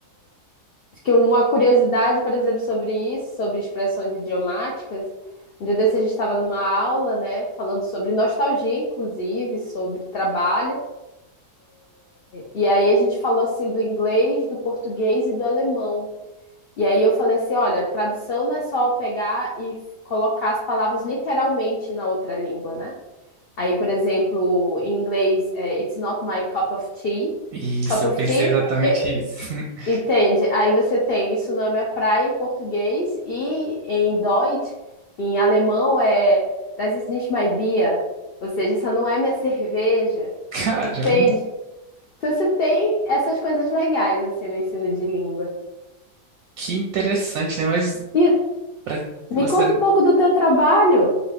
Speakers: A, on the left (about 85°); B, on the right (about 70°).
A: Acho que uma curiosidade, por exemplo, sobre isso, sobre expressões idiomáticas, um dia desse a gente estava numa aula, né, falando sobre nostalgia, inclusive, sobre trabalho, E aí a gente falou assim do inglês, do português e do alemão. E aí eu falei assim, olha, tradução não é só pegar e f- colocar as palavras literalmente na outra língua, né? Aí, por exemplo, em inglês, é, it's not my cup of tea.
B: Isso,
A: Cup of
B: eu pensei
A: tea,
B: exatamente
A: é,
B: isso. <laughs>
A: entende? Aí você tem isso não é minha praia em português e em Deutsch, em alemão é das ist nicht mein Bier, ou seja, essa não é minha cerveja,
B: Caramba,
A: entende? Então, você tem essas coisas legais, assim, no ensino de língua.
B: que interessante, né? Mas
A: E
B: para
A: me
B: você.
A: conta um pouco do teu trabalho.